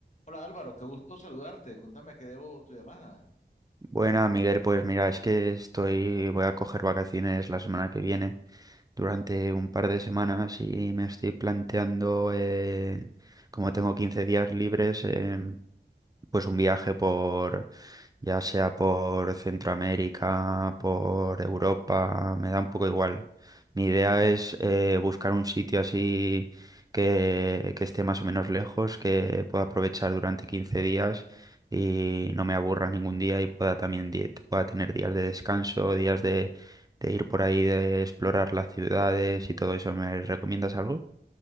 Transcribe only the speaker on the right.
Buena, Miguel, pues mira, es que estoy, voy a coger vacaciones la semana que viene, durante un par de semanas y me estoy planteando, eh, como tengo 15 días libres, em, pues un viaje por, ya sea por Centroamérica, por Europa, me da un poco igual. Mi idea es eh, buscar un sitio así que, que esté más o menos lejos, que pueda aprovechar durante 15 días y no me aburra ningún día y pueda también di- pueda tener días de descanso, días de, de ir por ahí, de explorar las ciudades y todo eso. ¿Me recomiendas algo?